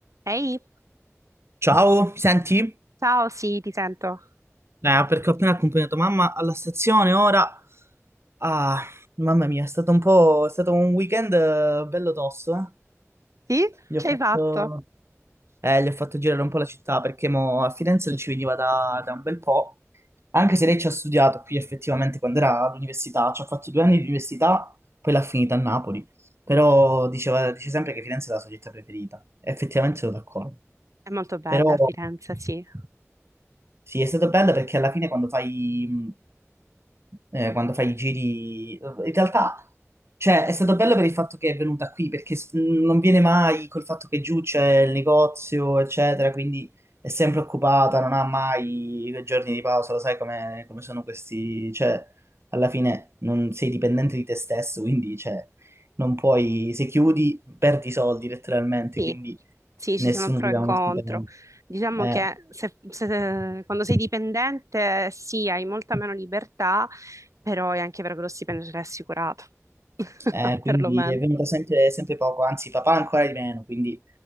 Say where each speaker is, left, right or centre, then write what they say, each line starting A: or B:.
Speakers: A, on the right; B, on the right.
A: Ehi,
B: Ciao, mi senti?
A: ciao, sì, ti sento.
B: Eh, perché ho appena accompagnato mamma alla stazione, ora... Ah, mamma mia, è stato un po'... è stato un weekend eh, bello tosto, eh.
A: Sì?
B: Gli
A: Che
B: ho fatto...
A: hai fatto?
B: eh, gli ho fatto girare un po' la città, perché mo a Firenze non ci veniva da, da un bel po', anche se lei ci ha studiato qui effettivamente quando era all'università, ci ha fatto due anni di università, poi l'ha finita a Napoli, però diceva, dice sempre che Firenze è la sua città preferita, effettivamente sono d'accordo,
A: È molto bella
B: però...
A: Firenze, sì.
B: Sì, è stato bello perché alla fine quando fai, mh, eh, quando fai i giri, eh, in realtà, cioè, è stato bello per il fatto che è venuta qui, perché s- mh, non viene mai col fatto che giù c'è il negozio, eccetera, quindi è sempre occupata, non ha mai i giorni di pausa, lo sai come, come sono questi, cioè, alla fine non sei dipendente di te stesso, quindi, cioè, non puoi, se chiudi, perdi i soldi letteralmente,
A: Sì,
B: quindi
A: sì,
B: nessuno
A: ci sono pro
B: ti dà
A: e contro.
B: uno stipendio.
A: Diciamo
B: Eh.
A: che se- se- quando sei dipendente, sì, hai molta meno libertà, però è anche vero che lo stipendio te l'hai assicurato, <laughs>
B: Eh, quindi
A: perlomeno.
B: è venuta sempre, sempre poco, anzi papà ancora di meno, quindi...